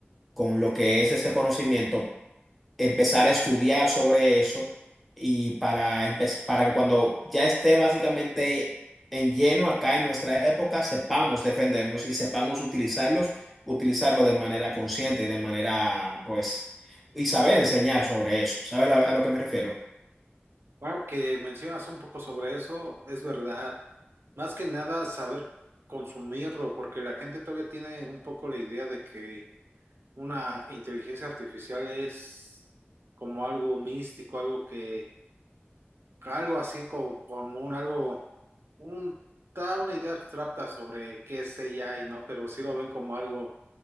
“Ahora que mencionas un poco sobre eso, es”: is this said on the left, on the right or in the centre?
Right